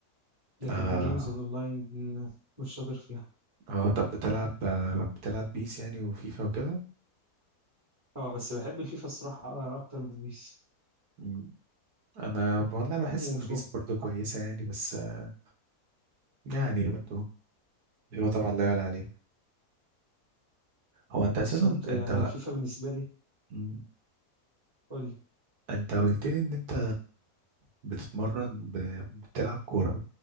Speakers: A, on the right (about 15°); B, on the right (about 80°).
A: لكن
B: اه
A: الجيمز الاونلاين مش شاطر فيها
B: اه طب بتلعب آه، بتلعب بيس يعني وفيفا وكده
A: اه بس بحب الفيفا الصراحه آه، اكتر من بيس
B: مم. انا والله بحس
A: ومش
B: ان بيس
A: مخ...
B: برضه كويسة يعني بس آه، يعني برضه فيفا طبعا لا يعلى عليها هو انت
A: بالظبط
B: اساسا
A: يعني
B: انت
A: الفيفا بالنسبه لي
B: مم.
A: قول لي
B: انت قلت لي ان انت بتتمرن ب... بتلعب كورة